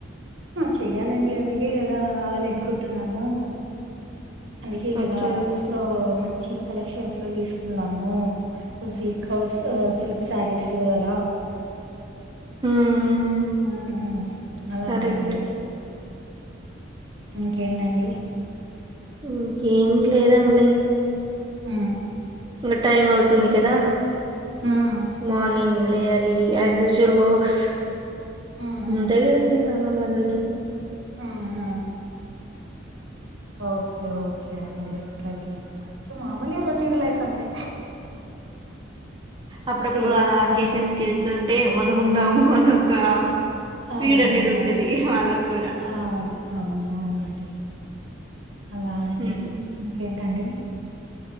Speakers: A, on the right; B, on the right.
A: చెయ్యాలండి అందుకే కదా రావాలి అనుకుంటున్నాము అందుకే కదా
B: ఓకే. ఓకే.
A: సో మంచి కలెక్షన్స్ లో తీసుకున్నాము so silk house silk saris అలా
B: హ్మ్.
A: హ అలా
B: కరెక్ట్.
A: అండి ఇంకేంటండి
B: ఇంకేం లేదండి
A: ఊ
B: ఇంగా టైం అవుతుంది కదా
A: ఉమ్
B: మార్నింగ్ లేయాలి యజ్యుజువల్ వర్క్స్
A: ఉమ్ ఉమ్
B: అంతే కదండి నా మన అందరికీ
A: ఆ ఆ ఓకే ఓకే అండి అట్లా చేయ్ సో మామూలు రొటీన్ లైఫ్ అంతే
B: అప్పుడప్పుడు
A: సేమ్
B: అలా అకేషన్స్ వెళ్తు అంటే మనము ఉన్నాము అనీ ఒక
A: అవును
B: ఫీడ్ అనేది
A: అవును
B: ఉంటది వాళ్ళకు కూడా
A: అవును అవును అవునండి అలా అండి
B: హ్మ్.
A: ఇంకేంటండి